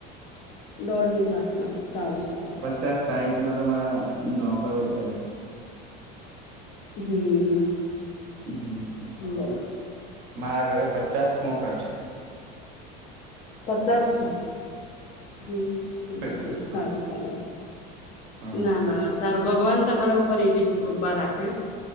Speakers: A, on the left; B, on the right.
A: દોડ બી રાખ ના સારું છે,
B: પચાસ સાઈઠ ના તો મારા નોકરો પહેરે
A: હમ્મ
B: હમ
A: બ
B: મારા ઘરે પચાસ નો ઘર છે,
A: પચાસસો હ
B: પચાસ
A: સારું સારું
B: હા
A: ના ના ના સારું ભગવાન તમારા ઉપર એવી જ કૃપા રાખે